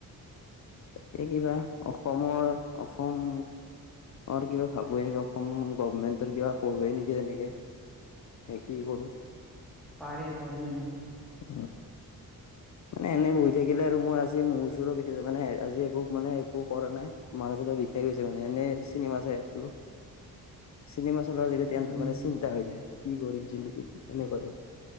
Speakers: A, on the left; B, in the centre.
A: তাকে কিবা অসমৰ অসম অ কিবা ভাবো নেকি অসম গভমেন্টৰ কিবা পঢ়োৱে নেকি তেনেকে এ কি কৰো
B: পাৰে পাৰে ন
A: উ মানে এনে বহি থাকিলে আৰু মই আজি মোৰ ওচৰৰ বিশষ মানে আজি একো মানে একো কৰা নাই ম বিষাই গৈছে মানে এনে চিনেমা চাই আছিলো চনেমা চল
B: উম,
A: মানে চিন্তা হৈ যায় কি কৰিম চ নকি তেনেকুৱাতে